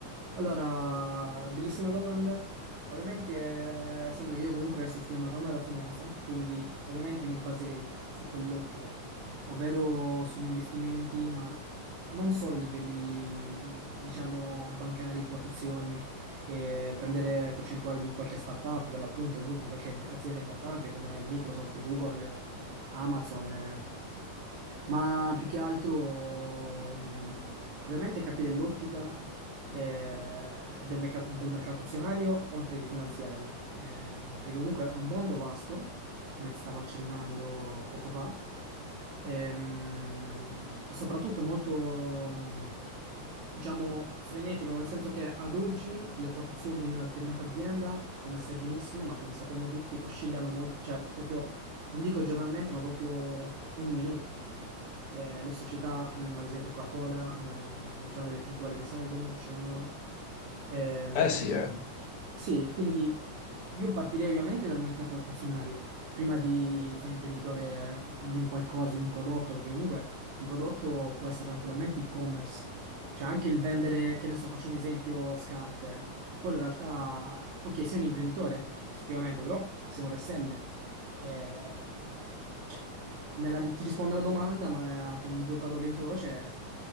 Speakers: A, on the right (about 70°); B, on the left (about 50°).
A: Allora, bellissima domanda. Ovviamente, eh, essendo che io comunque adesso sto studiando il ramo della finanza, quindi ovviamente mi baserei su quell'ottica, ovvero sugli investimenti, ma non solo a livelli, mh, diciamo, bancari, quotazioni, eh, prendere percentuali di qualche startup per l'appunto, oppure con qualche azienda importante come Microsoft, Google, eh, Amazon. eh. Ma più che altro, mh, ovviamente capire l'ottica eh, del, meca- del mercato azionario oltre che finanziario, eh, perché comunque è un mondo vasto, come ti stavo accennando poco fa, ehm, soprattutto è molto, mh, diciamo, frenetico, nel senso che ad oggi le quotazioni di una determinata azienda, come sai benissimo, ma come sappiamo tutti, oscillano molto, cioè proprio, non dico giornalmente, ma proprio ogni minuto. Eh, le società, mm, ad esempio Coca-Cola, ehm, c'hanno delle percentuali che salgono, scendono. Ehm,
B: Eh sì, eh.
A: sì, quindi io partirei ovviamente dal mercato azionario, prima di fare imprenditore di un qualcosa, un prodotto, perché comunque un prodotto può essere tranquillamente e-commerce, cioè anche il vendere, che ne so, faccio un esempio, scarpe. Quello in realtà, ok, sei un imprenditore, eff- effettivamente, però sei un reseller. Eh, eh, cioè, eh, nella- ti rispondo alla domanda, ma con due parole in croce,